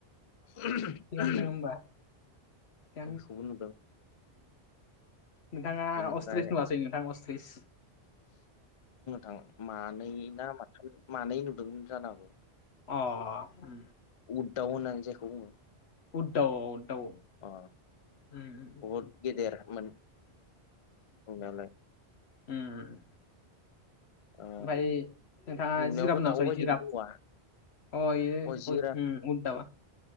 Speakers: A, on the left; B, on the left.
A: <unintelligible>
B: थिगानो दं होमबा <unintelligible>
A: बेखौबो नुदों
B: नोंथाङा
A: बेनिफ्राय
B: अस्थ्रिस नुवासै नोंथां अस्थ्रिस?
A: आ मानै ना माथाम मानै नुदोंमोन जानांगौ।
B: अ ओम
A: उद दाव होननानै जायखौ बुङो।
B: उदाव अ उदाव
A: अ
B: ओमफ्राय
A: बहुद गेदेरमोन <inaudible> बुंनायालाय।
B: उम,
A: ओ
B: ओमफ्राय नोंथाङा
A: नुनायावथ'
B: जिराब नुवासै
A: दाउ बायदिखौ
B: जिराब
A: नुवा
B: अ
A: अ
B: <unintelligible>
A: जिराफ
B: उद दावा।